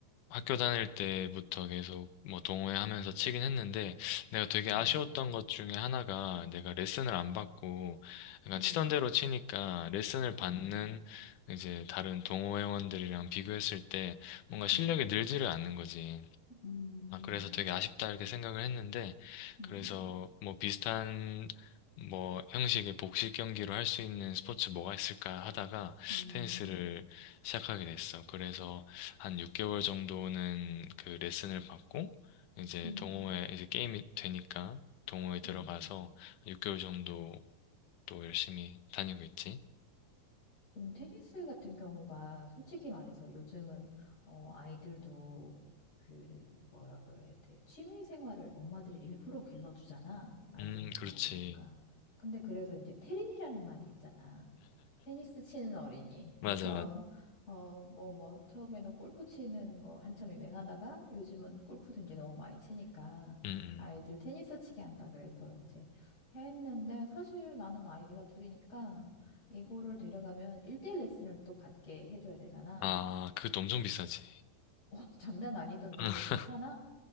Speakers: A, on the left; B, on the left.
A: 학교 다닐 때부터 계속 뭐 동호회하면서 치긴 했는데 내가 되게 아쉬웠던
B: 음,
A: 것 중에 하나가 내가 레슨을 안 받고 약간
B: 음,
A: 치던 대로 치니까 레슨을 받는
B: 음,
A: 이제 다른 동호회원들이랑 비교했을 때 뭔가 실력이
B: 음,
A: 늘지를 않는 거지.
B: 음,
A: 아, 그래서 되게 아쉽다 이렇게 생각을 했는데,
B: 음,
A: 그래서 뭐 비슷한 뭐 형식의 복식 경기로 할 수 있는 스포츠 뭐가 있을까 하다가
B: 음,
A: 테니스를 시작하게 됐어. 그래서 한 6개월 정도는 그 레슨을 받고, 이제
B: 음,
A: 동호회,
B: 음.
A: 이제 게임이 되니까 동호회 들어가서
B: 음.
A: 6개월 정도 또 열심히 다니고 있지.
B: 그럼 테니스 같은 경우가 솔직히 말해서 요즘은 어, 아이들도 그 뭐라 그래야 돼. 취미 생활을 엄마들이 일부러 길러주잖아. 아이들은
A: 음,
B: 잘
A: 그렇지.
B: 모르니까. 근데 그래서 이제 테린이라는 말이 있잖아. 테니스 치는 어린이
A: 맞아,
B: 해서
A: 맞아.
B: <laughs> 어, 뭐, 뭐, 처음에는 골프 치는 거 한참 유행하다가 요즘은 골프도 이제 너무 많이 치니까
A: 음, 음.
B: 아이들 테니스 치게 한다 그래서 이제 했는데 사실 나는 아이가 둘이니까 이거를 데려가면 1대1 레슨을 또 받게 해줘야 되잖아.
A: 아, 그것도 엄청 비싸지.
B: <laughs> 어, 장난 아니던데,
A: <laughs>
B: 넌 괜찮아?